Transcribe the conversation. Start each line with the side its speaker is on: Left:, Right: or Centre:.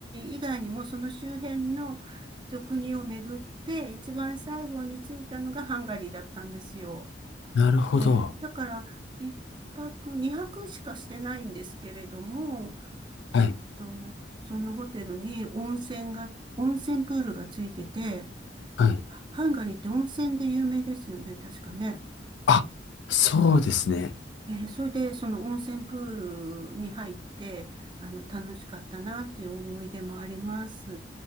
Right: 以外にもその周辺のえっと国を巡って、一番最後に着いたのがハンガリーだったんですよ。
Left: なるほど。
Right: ええだから、一泊、二泊しかしてないんですけれども、
Left: はい。
Right: えっと、そのホテルに温泉が、温泉プールがついてて、
Left: はい。
Right: ハンガリーって温泉で有名ですよね、確かね。
Left: あ、そうですね。
Right: えーそれで、その温泉プールに入って、あの、楽しかったなっていう思い出もあります。